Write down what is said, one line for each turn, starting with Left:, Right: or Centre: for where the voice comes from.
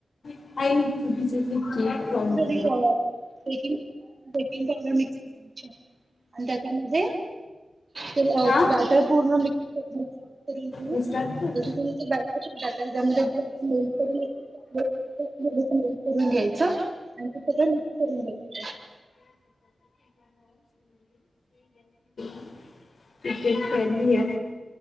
Left: <inaudible>
Right: ती अ बेकिंग सोडा आणि बेकिंग पावडर मिक्स करायची आहे आणि त्याच्यामध्ये ते
Left: ना
Right: बॅटर पूर्ण मिक्स मिक्स आउट करून घेऊन
Left: रिस्टार्ट कर
Right: त्याच्यातून ते बॅटर पण टाकायचं त्यामध्ये जे आपण लोणचं करून थोडंसं लोण करून घ्यायचं आणि ते सगळं मिक्स करून घ्यायचं
Left: <inaudible> <inaudible> <unintelligible> काय